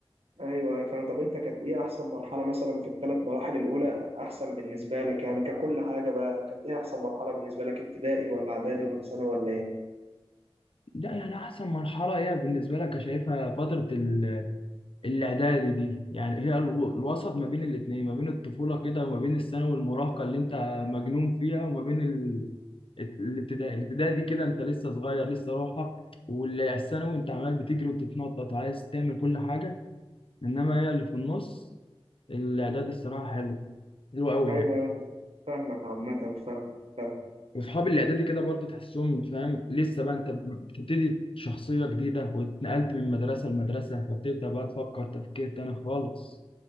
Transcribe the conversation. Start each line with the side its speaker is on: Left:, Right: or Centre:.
Right: ايوه انا فاهم طب انت كانت ايه احسن مرحلة مثلا في الثلاث مراحل الاولى احسن بالنسبة لك يعني ككل حاجة بقى كانت ايه احسن مرحلة بالنسبة لك ابتدائي ولا اعدادي ولا ثانوي ولا ايه
Left: لا يعني أحسن مرحلة هي بالنسبة لك شايفها فترة ال- الإعدادي دي يعني هي الو- الوسط ما بين الاتنين ما بين الطفولة كده وما بين الثانوي والمراهقة اللي أنت مجنون فيها وما بين ال- الابتدائي الابتدائي دي كده أنت لسه صغير لسه روحك والثانوي أنت عمال بتجري وبتتنطط وعايز تعمل كل حاجة إنما هي اللي في النص الإعدادي الصراحة حلو حلو أوي
Right: ايوه
Left: يعني
Right: ايوه أنا فاهمك عامة فاهم فاهم
Left: واصحاب الاعدادي كده برضو تحسهم فاهم لسه بقى انت بتبتدي شخصيه جديده واتنقلت من مدرسه لمدرسه فبتبدا بقى تفكر تفكير تاني خالص